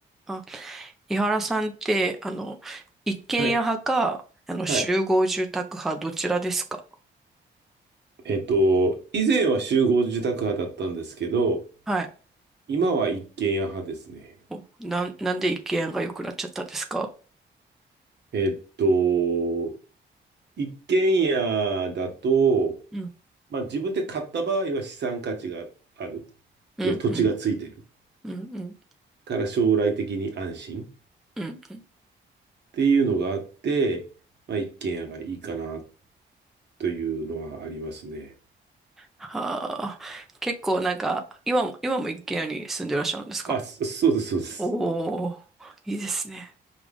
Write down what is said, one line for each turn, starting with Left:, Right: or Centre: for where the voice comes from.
Centre: あ、井原さんって、あの、一軒家派か、
Right: はい。
Centre: あの、
Right: はい。
Centre: 集合住宅派、どちらですか
Right: えっと、以前は集合住宅派だったんですけど、
Centre: はい。
Right: 今は一軒家派ですね。
Centre: お、なん、なんで一軒家が良くなっちゃったんですか
Right: えっと、一軒家だと、
Centre: うん、
Right: まあ自分で買った場合は資産価値がある。
Centre: うん、
Right: 要は土地がついてる。
Centre: うん、うん、うん、
Right: から将来的に安心っ
Centre: うん。うん
Right: ていうのがあって、まあ一軒家がいいかなというのはありますね。
Centre: はあ、結構なんか、今も、今も一軒家に住んでらっしゃるんですか
Right: あ、そそうです、そうです。
Centre: おー、いいですね。